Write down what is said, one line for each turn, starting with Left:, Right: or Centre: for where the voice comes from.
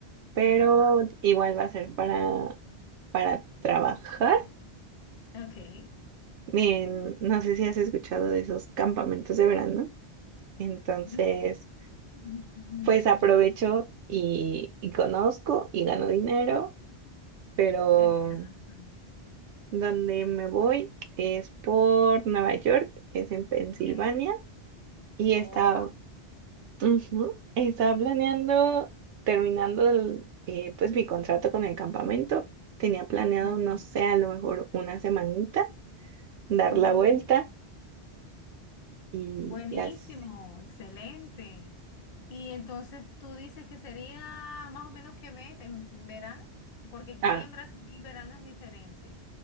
Right: pero
Left: Ajá,
Right: igual va a ser para, para trabajar.
Left: ok.
Right: En- no sé si has escuchado de esos campamentos de verano. Entonces,
Left: Mm. mm,
Right: pues aprovecho
Left: mm.
Right: y, y conozco y gano dinero, pero
Left: Exacto.
Right: donde me voy es por Nueva York, es en Pensilvania
Left: Ok.
Right: y está
Left: Oh,
Right: Ujú. Estaba planeando, terminando el, eh, pues mi contrato con el campamento, tenía planeado,
Left: ok.
Right: no sé, a lo mejor una semanita, dar
Left: Ah,
Right: la vuelta y,
Left: buenísimo,
Right: y así.
Left: excelente. Y entonces tú dices que sería más o menos qué mes en verano, porque aquí
Right: Ah,
Left: en Brasil el verano es diferente.